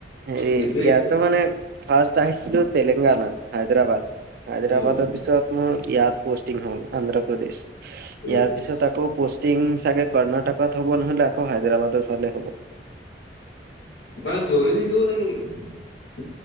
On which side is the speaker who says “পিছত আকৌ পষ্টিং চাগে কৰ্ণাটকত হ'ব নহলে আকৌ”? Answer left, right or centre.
Right